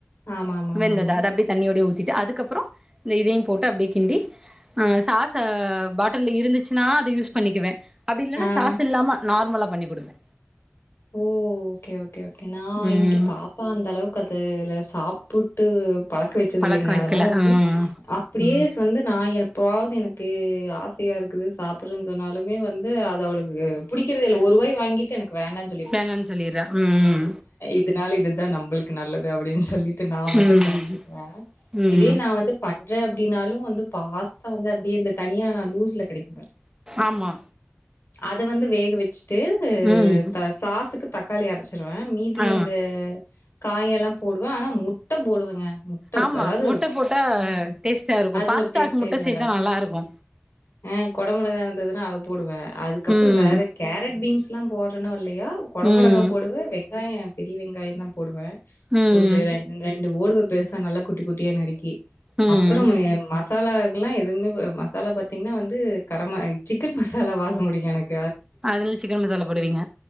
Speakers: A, on the left; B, on the right.
A: ஆமா ஆமா ஆமா
B: வெந்ததா
A: ஆமா
B: அத அப்டியே தண்ணியோடையே ஊத்தி யா அதுக்கப்பறோ இந்த இதையு போட்டு அப்டியே கிண்டி சாசே பாட்ல இருந்துச் ச்சுனா அத யூஸ் பண்ணிக்குவே அப்டி இல்லன்னா
A: ஆ
B: சாஸ் இல்லாம நார்மலா பண்ணி குடுப்பே
A: ஓ ஓகே ஓகே ஓகே நா
B: ம்
A: இங்க பாப்பா அந்த அளவுக்கு அதுல சாப்புட்டு பழக்க வெச்சது
B: பழக்க
A: இல்லைங்க
B: வைக்கல
A: அதனால வந்து
B: ம்
A: அப்டியேஸ் வந்து நா எப்பாவது எனக்கு ஆசையா இருக்குது சாப்பறேனு சொன்னாலுமே வந்து அவளுக்கு பிடிக்கறேதே இல்ல ஒருவாய் வாங்கிட்டு எனக்கு வேண்டானு
B: வேண்டானு சொல்லிரா உம் உம்
A: இதனால இதுதா நம்மளுக்கு நல்லது அதே அப்டினு சொல்லிட்டு நா மட்டு
B: ம்
A: சாப்டுக்குவே
B: ம்
A: இதே நா வந்து பட்ரே அப்டின்னாலு வந்து பாஸ்தா வந்து அப்படியே இந்த தனியா லூஸ் <unintelligible>
B: ஆமா
A: அத வந்து வேக வெச்சு தேது
B: ம்
A: த சாஸுக்கு தக்காளி அரச் துருவ மீதி
B: ஆ
A: அந்த காயெல்லா போடுவ ஆனா முட்ட போடுவங்க முட்ட
B: ஆமா
A: அதாது
B: முட்ட போட்டா டேஸ்ட்டா இருக்கு
A: அது
B: பாஸ்தாக்கு
A: ஒரு டேஸ்டே
B: முட்ட
A: நல்லாருக்கு
B: சேத்தா நல்லா இருக்கு
A: ஆ கொட மொளகா இருந்ததுனா அத போடுவ அதுக்கப்பற
B: ம்
A: வேற கேரட் பீன்ஸ் எல்லா போடறணோ இல்லையோ கொடமொளகா
B: ம்
A: போ வெங்காய பெரிய வெங்காயந்தா போடுவ
B: ம்
A: ஒரு ரெண் ரெண் இந்த ஓடுவ பெருசா நல்ல குட்டி குட்டியா நறுக்கி
B: ம்
A: அப்பற ஏ மசா லாக்லா எதுமே வ மசாலா பாத்திங்னா வந்து கரம் ம சிக்கன் மசாலா வாசம் புடிக்கு எனக்கு
B: அதுல சிக்கன் மசாலா போடுவிங்க